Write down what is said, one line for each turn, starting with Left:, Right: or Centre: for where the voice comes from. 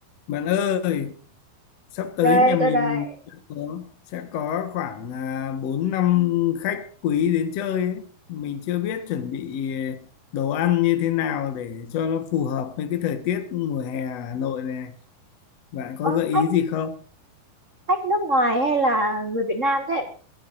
Left: Bạn ơi, sắp tới
Right: đây
Left: nhà mình
Right: tôi đây
Left: sẽ có, sẽ có khoảng à, 4 năm khách quý đến chơi ấy. Mình chưa biết chuẩn bị đồ ăn như thế nào để cho nó phù hợp với cái thời tiết mùa hè ở Hà Nội này. Bạn có
Right: ơ
Left: gợi ý
Right: khách
Left: gì không?
Right: khách nước ngoài hay là người Việt Nam thế